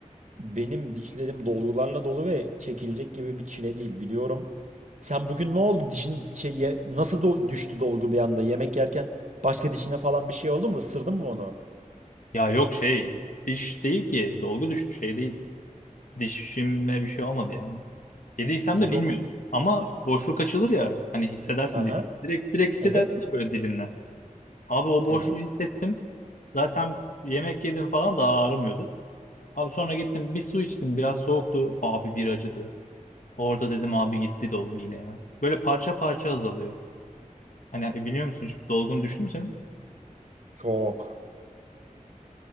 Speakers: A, on the right; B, on the left.
A: Benim dişlerim dolgularla dolu ve çekilecek gibi bir çile değil biliyorum. Sen bugün ne oldu? Dişin şey ye- nasıl do- düştü dolgu bir anda? Yemek yerken başka dişine falan bir şey oldu mu? Isırdın mı onu?
B: Ya yok şey diş değil ki dolgu düştü şey değil. Dişimle bir şey olmadı yani. Yediysem
A: Yok.
B: de bilmiyorum. Ama boşluk açılır ya hani hissedersin
A: Aha.
B: dilin. Direkt direkt hissedersin
A: Evet.
B: ya böyle dilinle. Abi o boşluğu
A: Evet.
B: hissettim. Zaten yemek yedim falan daha ağrımıyordu. Abi sonra gittim bir su içtim. Biraz soğuktu. Abi bir acıdı. Orada dedim abi gitti dolgu yine ya. Böyle parça parça azalıyor. Hani e, biliyor musun hiç dolgun düştü mü senin?
A: Çok.